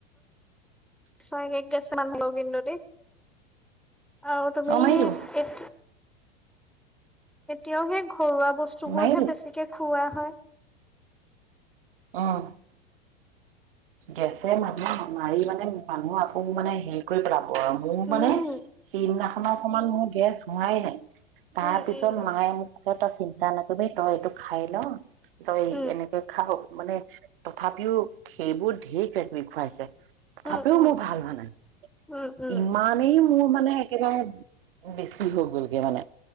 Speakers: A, in the centre; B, on the right (about 60°).
A: চ এক গেছিল লগগ ইডতে অ তুমি
B: মাৰি দিব
A: এক এতিয়াও সেই ঘৰুৱা বস্তু
B: মাৰি
A: বোৰহে
B: দিব
A: বেছিকে খুওৱা হয়
B: উম গেছে মানুহ মাৰি মানে মানুহ আকৌ মানে হেৰি কৰি পেলাব মোৰ
A: উম,
B: মানে সেইদিনাখননৰ অকমান মোৰ গেছ নাই ন তাৰ
A: উম,
B: পিছত
A: উম।
B: মায়ে মোক টা চিন্তা নকবি তই এইটো খাই ল তই
A: উম,
B: এনেকে খাও মানে তথাপিও সেইবোৰ ঢেৰ কি খুৱাইছে
A: উম,
B: চাপেও
A: উম,
B: মোৰ ভাল হোৱা নাই
A: উম, উম,
B: ইমানেই মোৰ মানে একবাৰে বেছি হৈ গ'লগে মানে